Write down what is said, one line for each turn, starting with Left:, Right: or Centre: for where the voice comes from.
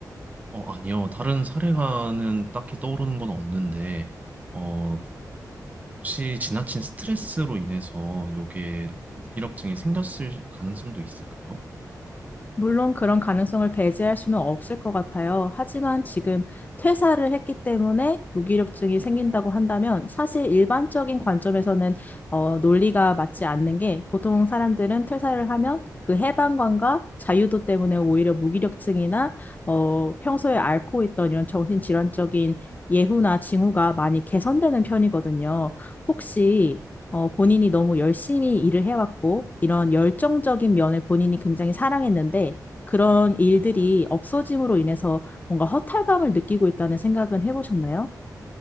Right: 어, 아니요. 다른 사례가는 딱히 떠오르는 건 없는데, 어, 혹시 지나친 스트레스로 인해서 요게 무기력증이 생겼을 가능성도 있을까요?
Left: 물론 그런 가능성을 배제할 수는 없을 것 같아요. 하지만 지금 퇴사를 했기 때문에 무기력증이 생긴다고 한다면 사실 일반적인 관점에서는 어, 논리가 맞지 않는 게 보통 사람들은 퇴사를 하면 그 해방감과 자유도 때문에 오히려 무기력증이나 어, 평소에 앓고 있던 이런 정신질환적인 예후나 징후가 많이 개선되는 편이거든요. 혹시 어, 본인이 너무 열심히 일을 해왔고, 이런 열정적인 면을 본인이 굉장히 사랑했는데, 그런 일들이 없어짐으로 인해서 뭔가 허탈감을 느끼고 있다는 생각은 해보셨나요?